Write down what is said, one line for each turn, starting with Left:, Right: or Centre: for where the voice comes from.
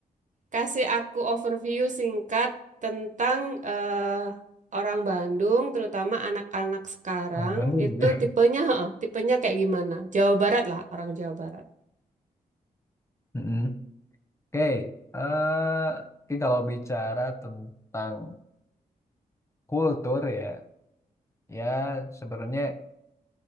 Right: Kasih aku overview singkat tentang eh, orang Bandung, terutama anak-anak sekarang,
Left: Orang Bandung
Right: itu
Left: ya.
Right: tipenya, heeh, tipenya kayak gimana? Jawa Barat lah, orang Jawa Barat.
Left: Mm-mm. Oke. eh, mungkin kalau bicara tentang kultur ya, ya sebenarnya.